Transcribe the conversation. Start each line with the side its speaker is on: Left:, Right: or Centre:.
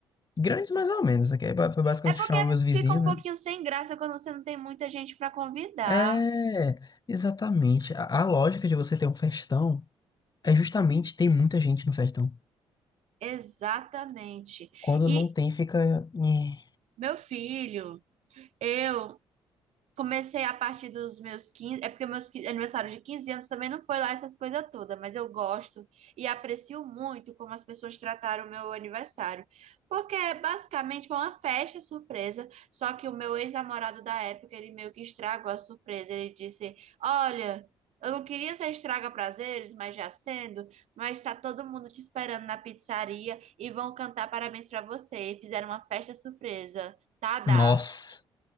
Left: Grandes mais ou menos, né? que aí ba- Foi basicamente
Right: É porque
Left: chamar meus vizinhos,
Right: fica um pouquinho
Left: né?
Right: sem graça quando você não tem muita gente para convidar.
Left: É, exatamente. A, a lógica de você ter um festão. É justamente tem muita gente no festão.
Right: Exatamente.
Left: Quando
Right: E
Left: não tem, fica. nhé.
Right: meu filho, eu Comecei a partir dos meus 15, é porque meus 15 aniversário de 15 anos também não foi lá essas coisas todas, mas eu gosto e aprecio muito como as pessoas trataram o meu aniversário. Porque basicamente foi uma festa surpresa, só que o meu ex-namorado da época, ele meio que estragou a surpresa. Ele disse: "Olha, eu não queria ser estraga prazeres, mas já sendo, mas tá todo mundo te esperando na pizzaria e vão cantar parabéns pra você. E fizeram uma festa surpresa. Tá, dá.
Left: Nossa,